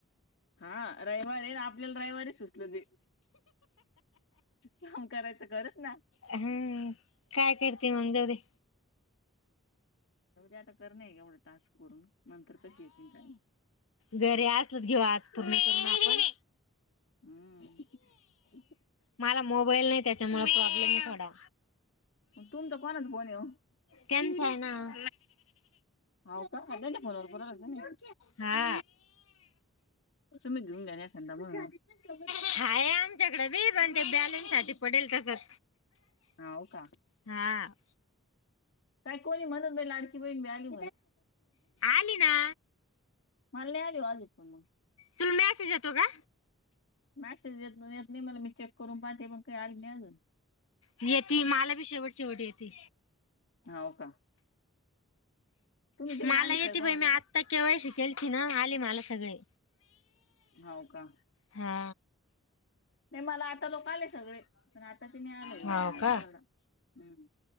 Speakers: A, on the left; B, on the left.
A: हा रविवार आहे आपल्याला राविवारच सुचल काम करायचं खरच ना
B: हम्म काय करते मग दवे
A: आता कर नाही एवढं टास्क करून नंतर कशी येतील काही
B: घरीे असलच घेऊ आज पूर्ण करून आपण
A: हम्
B: मला मोबाईल नाही त्याच्यामुळे प्रॉब्लेम आहे थोडा
A: तुमचा कोणाच फोन ये
B: त्यांचा
A: शिवड्या
B: आहे ना
A: होा का खा मन ब लाग
B: हा
A: त मी घेऊन घेण्याखांदा ब
B: हाय आमच्याकडें बी पण ते बॅलेन साठी पडेल तसंच.
A: हा हो का?
B: हा.
A: काय कोणी म्हणून लाडकी बहीण मिळाली.
B: आली ना
A: म आगे वाजित त म
B: तुला मॅसेज येतो का?
A: मॅसेज येत येत नाही मला मी चेक करून पाहते पण काही आली नाही अजून
B: येते मला बी शेवट शेवटी येते.
A: ह हो का? तुम्ही तिकडे
B: मला
A: आले
B: येते
A: काय कोणाला
B: पई मी आत्ता केव्हा शिकेल त ना आली मला सगळे
A: होव का?
B: हा
A: नाही मला आता लोक आले सगळे पण आताचे मी आलय
B: हाव
A: आपतानी
B: का
A: पड हम्.